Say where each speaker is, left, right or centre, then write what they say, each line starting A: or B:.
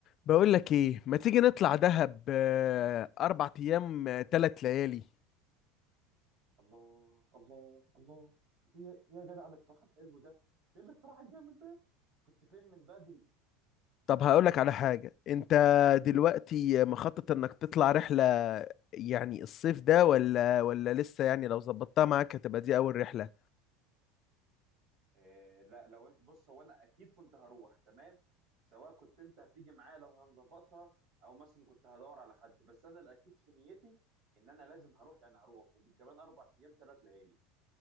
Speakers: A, on the left (about 40°); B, on the right (about 50°).
A: بقول لك ايه ما تيجي نطلع دهب آه، اربع ايام ثلاث ليالي
B: الله الله الله هي إيه يا جدع الاقتراح الحلو ده ايه الاقتراح الجامد ده كنت فين من بدري
A: طب هقول لك على حاجة انت دلوقتي مخطط انك تطلع رحلة يعني الصيف ده ولا ولا لسه يعني لو ظبطتها معاك هتبقى دي اول رحلة
B: إيه لا لو إنت- بص هو انا اكيد كنت هروح تمام سواء كنت انت هتيجي معايا لو هنظبطها او مثلا كنت هدور على حد بس انا الاكيد في نيتي ان انا لازم هروح يعني هروح وكمان اربع ايام ثلاث ليالي